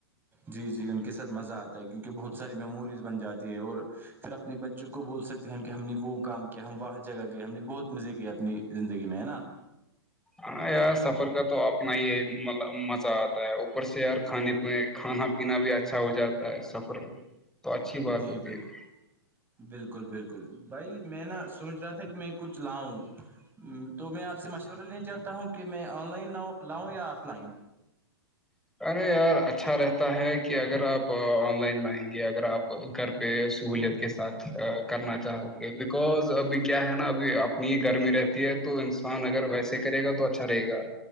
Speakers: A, on the right (about 15°); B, in the centre.
A: جی جی ان کے ساتھ مزہ آتا ہے کیونکہ بہت ساری میموریز بن جاتی ہے اور پھر اپنے بچوں کو بول سکتے ہیں ہم کہ ہم نے وہ کام کیا ہم وہاں جگہ گئے ہم نے بہت مزے کیے اپنی زندگی میں ہے نا
B: ہاں یار سفر کا تو اپنا ہی ہے مطلب مزہ آتا ہے اوپر سے یار کھانے پینے کھانا پینا بھی اچھا ہو جاتا ہے سفر میں تو اچھی بات
A: جی
B: ہوتی
A: بال
B: ہے
A: <inaudible> بالکل بالکل بھائی میں نا سوچ رہا تھا کہ میں کچھ لاؤں تو میں آپ سے مشورہ لینا چاہتا ہوں کہ میں آن لائن لا لاؤں یا آف لائن
B: ارے یار اچھا رہتا ہے کہ اگر آپ آن لائن مائیں گے اگر آپ گھرہ پہ سہولیت کے ساتھ کرنا چاہو گے بکوز ابھی کیا ہے نا ابھی اپنی ہی گرمی رہتی ہے تو انسان اگر ویسے کرے گا تو اچھا رہے گا